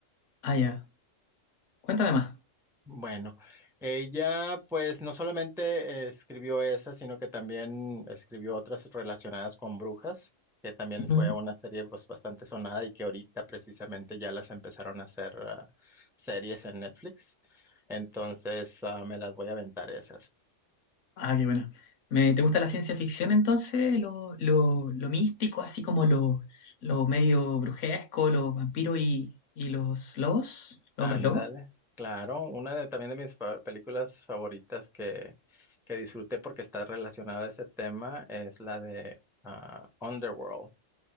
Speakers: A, on the left (about 70°); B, in the centre.
A: Ah, ya. Cuéntame
B: Bueno, ella pues no solamente eh, escribió esa, sino que también escribió otras relacionadas con brujas, que también fue
A: más.
B: una serie pues bastante sonada y que ahorita precisamente ya las empezaron a hacer ah, series en Netflix. Entonces ah, me las voy a aventar esas.
A: Ah, qué bueno. ¿Me, te gusta la ciencia ficción entonces? Lo, lo, lo místico, así como lo, lo medio brujesco, los vampiros y, y los lobos, los
B: Ándale,
A: hombres lobos.
B: claro, una de también de mis fa- películas favoritas que, que disfruté porque está relacionada a ese tema es la de ah, Underworld.